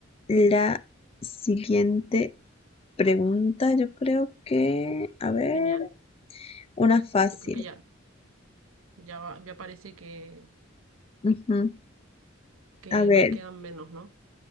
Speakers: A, on the left; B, on the right.
A: la siguiente pregunta. Yo creo que. A ver.
B: Genial.
A: Una fácil.
B: Yo creo que ya, ya, va- ya parece que,
A: Ujú.
B: que
A: A ver,
B: nos quedan menos, ¿no?